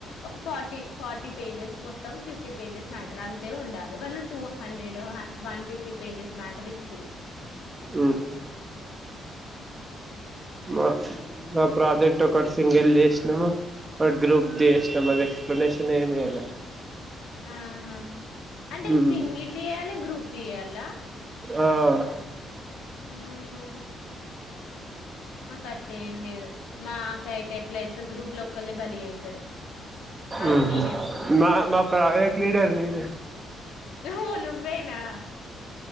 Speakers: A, on the left; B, on the right.
A: ఒక ఫార్టీ ఫార్టీ పేజెస్ మొత్తం ఫిఫ్టీ. పేజెస్ మ్యాటర్ అంతే ఉండాలి వాళ్ళు. Two hundred one fifty pages మ్యాటరే ఇచ్చిండ్రు.
B: ఉహూ మా. నా ప్రాజెక్ట్ ఒకటి సింగిల్ చేసినం. బట్ గ్రూప్ ది అస్మది ఎక్స్ప్లెనేషన్ ఏమి చేయాలని.
A: ఆహా! అంటే
B: ఉమ్
A: సింగిల్ జేయాలె, గ్రూప్‌ది జేయాలా?
B: ఆహ్.
A: ఉహూ. మాకు అట్లా ఏం లేదు మాకైతే ఎట్లా తెలుసా గ్రూప్ లో ఒకళ్ళే బలి చేస్తారు. అది
B: మ్మ్.
A: నేనే మా గ్రూప్లా.
B: మా ప్రాజెక్ట్ లీడర్ నేనే
A: అవున్ నువ్వేనా.